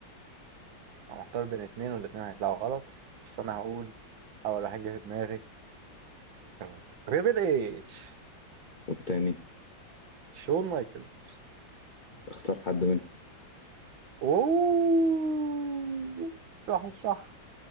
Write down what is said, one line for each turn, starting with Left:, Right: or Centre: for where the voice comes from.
Right: انا محتار بين اتنين والاتنين هيطلعوا غلط بس انا هقول اول واحد جه في دماغي <laughs> تريبل اتش
Left: والتاني
Right: شون مايكلز
Left: اختار حد منهم
Right: اوه صح صح